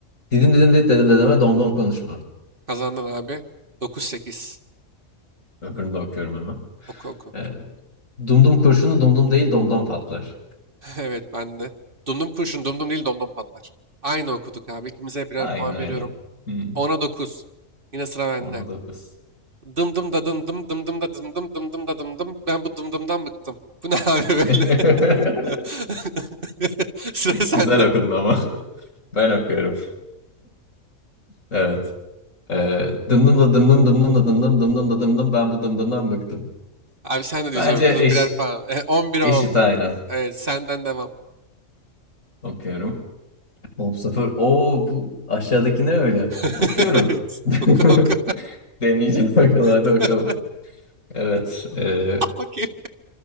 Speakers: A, on the left; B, on the right.
A: Didim didim dit dedim dedeme domdom konuşma.
B: Kazandın abi. 9-8.
A: Öbürünü de okuyorum hemen.
B: Oku oku.
A: Ee, Dumdum kurşunu dumdum değil domdom patlar.
B: <laughs> Evet ben de. Dumdum kurşun dumdum değil domdom patlar. Aynı okuduk abi. İkimize birer
A: Aynen
B: puan
A: aynen.
B: veriyorum.
A: Hmm.
B: ona dokuz Yine sıra bende.
A: Ona da kız.
B: Dım dım da dım dım dım dım da dım dım dım dım da dım dım. Ben bu dım dımdan bıktım. Bu ne abi böyle?
A: <laughs>
B: <laughs> Sıra sende.
A: Güzel okudun ama. Ben okuyorum. Evet. Ee, dımdım da dımdım dımdım da dımdım dımdım da dımdım ben bu dımdımdan bıktım.
B: Abi sen de güzel
A: Bence
B: okudun.
A: eş,
B: Birer puan. E, 11'e
A: eşit
B: on
A: aynı.
B: Evet senden devam.
A: Okuyorum. Hop sıfır. Oo bu aşağıdaki ne öyle?
B: <laughs>
A: Okuyorum.
B: Evet.
A: <laughs>
B: Oku oku.
A: Deneyeceğim. Bakalım hadi
B: <laughs>
A: bakalım. Evet. e,
B: <laughs> Okey.